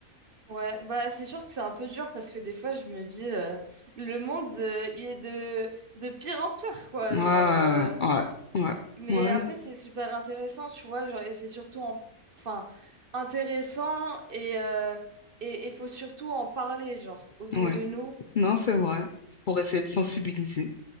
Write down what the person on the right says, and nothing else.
Ouais, bah c'est sûr que c'est un peu dur parce que des fois je me dis euh, le monde euh, il est de, de pire en pire quoi
genre euh,
mais
après c'est super intéressant tu vois genre et c'est surtout en- enfin intéressant et euh, et il faut surtout en parler genre autour
de nous